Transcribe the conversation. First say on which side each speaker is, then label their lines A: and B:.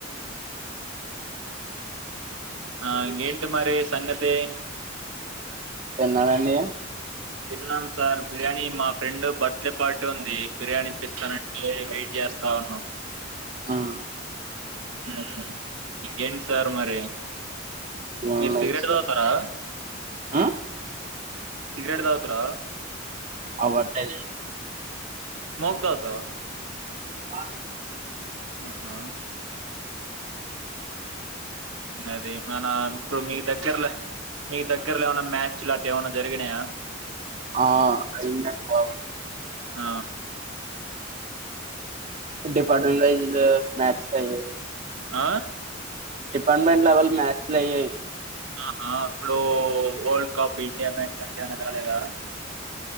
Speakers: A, on the right (about 85°); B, on the right (about 35°).
A: ఆ ఎంటి మరి సంగతి
B: తిన్నారా అండి
A: తిన్నాం సార్ బిర్యానీ మా ఫ్రెండ్ బర్త్డే పార్టీ ఉంది బిర్యానీ ఇప్పిస్తానంటే వెయిట్ చే స్తా ఉన్నం
B: ఉమ్
A: హుమ్ ఇకేంటి సార్ మరి
B: ఏం
A: మీరు
B: లైట్స్
A: సిగరెట్ తగుతారా
B: ఆ
A: సిగరెట్ తాగుతరా
B: అవ్వటయ్
A: స్మోక్ తగుతావా
B: ఆ
A: ఆహా అది మన ఇప్పుడు మీ దగ్గరలో మీ దగ్గరలో ఏమైన మ్యాచ్లు అట్ ఏమన్నా జరిగినయా
B: ఆ అయినా డి బాబు
A: ఆ
B: డిఫాలైజ్ మ్యాచ్ లాయ్యి
A: ఆ
B: డిపార్ట్మెంట్ లెవెల్ మ్యాచ్లు అయ్యయ్
A: ఆహా ఇప్పుడు వరల్డ్ కప్ ఇండియా మ్యాచ్ అట్టే మన్న కాలేదా